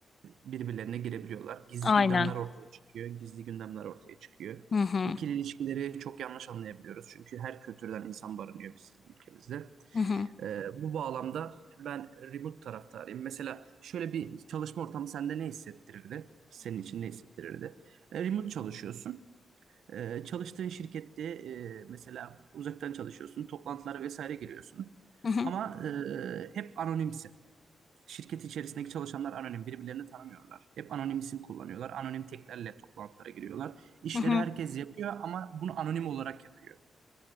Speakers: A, on the right; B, on the left.
A: birbirlerine girebiliyorlar. Gizli
B: aynen.
A: gündemler ortaya çıkıyor, gizli gündemler ortaya çıkıyor.
B: Hı hı,
A: İkili ilişkileri çok yanlış anlayabiliyoruz. Çünkü her kültürden insan barınıyor bizim ülkemizde.
B: hı hı,
A: E, bu bağlamda ben remote taraftarıyım. Mesela şöyle bir çalışma ortamı sende ne hissettirirdi? Senin için ne hissettirirdi? E, remote çalışıyorsun. Ee, çalıştığın şirkette e, mesela uzaktan çalışıyorsun, toplantılara vesaire giriyorsun.
B: hı hı,
A: Ama e, hep anonimsin. Şirket içerisindeki çalışanlar anonim, birbirlerini tanımıyorlar. Hep anonim isim kullanıyorlar, anonim teklerle toplantılara giriyorlar. İşleri
B: hı hı.
A: herkes yapıyor ama bunu anonim olarak yapıyor.